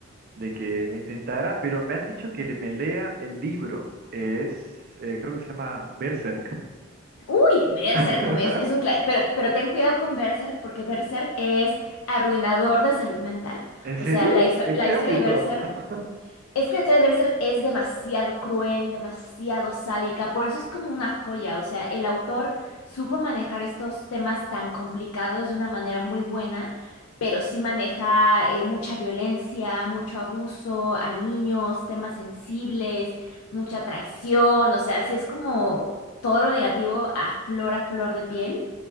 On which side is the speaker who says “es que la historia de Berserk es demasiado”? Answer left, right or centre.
Left